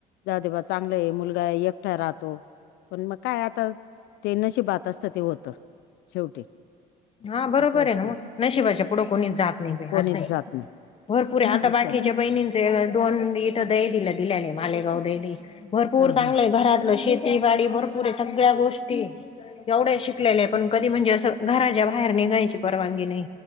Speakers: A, on the left; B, on the left.
A: जावदे बा चांगलाय, मुलगा एकटा राहतो पण मग काय आता, ते नशीबात असतं ते होत. शेवटी
B: हा बरोबरय
A: असं असतं
B: ना मग, नशिबाच्या पुढं कोणीच जात नायी बाई
A: कोणीच
B: असंय
A: जात नाही.
B: भरपूर, आता
A: असं.
B: बाकीच्या बहिणींचे दोन इथं दै दिला दिलेलेय मालेगाव दैदी भरपूर
A: हा
B: चांगलंय,
A: हा
B: घरातलं शेतीवाडी भरपू पुरे सगळ्या गोष्टी, एवढ्या शिकलेल्या पण कधी म्हणजे अस घरा- च्या बाहेर निघायची परवानगी नायी